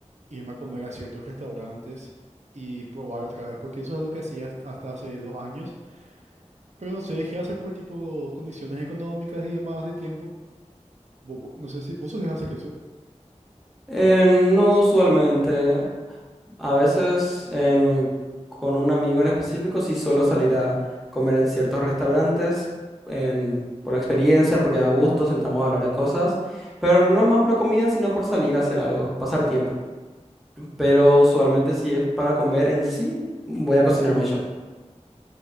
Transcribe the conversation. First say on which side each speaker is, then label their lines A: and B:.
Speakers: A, on the right (about 70°); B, in the centre.
A: irme a comer a ciertos restaurantes y probar otra vez, porque eso es algo que hacía hasta hasta hace dos años, pero no sé, dejé de hacer por tipo condiciones económicas y demás de tiempo. Vo- vo- No sé si vos solés hacer eso.
B: Eh, no usualmente. A veces en- con un amigo en específico sí suelo salir a comer en ciertos restaurantes en- por la experiencia, porque da gusto, sentamos a hablar de cosas, pero no más por la comida, sino por salir a hacer algo, pasar tiempo. Pero usualmente si es para comer en sí, voy a cocinarme yo.